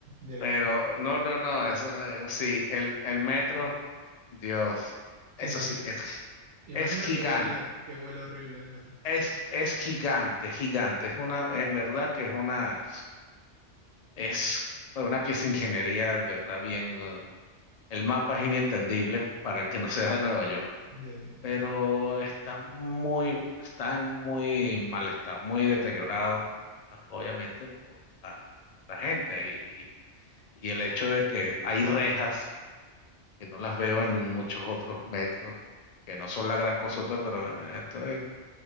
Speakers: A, on the right (about 80°); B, on the left (about 55°).
A: Ya,
B: Pero
A: ya.
B: no, no, no, eso, eh, sí, el, el metro, Dios, eso
A: Imagino.
B: sí, es, gi-
A: Imagino
B: es gigante,
A: que huele, que huele horrible el metro.
B: es, es gigante, gigante, es una, en verdad que es una... Es una pieza de ingeniería, ¿verdad? Bien, eh, el mapa es inentendible para el que no sea de Nueva York,
A: Ya, ya.
B: pero está muy, está en muy mal estado, muy deteriorado, ah, obviamente por la, la gente y, y el hecho de que hay rejas que no las veo en muchos otros metros, que no son la gran cosota, pero eh, esto es,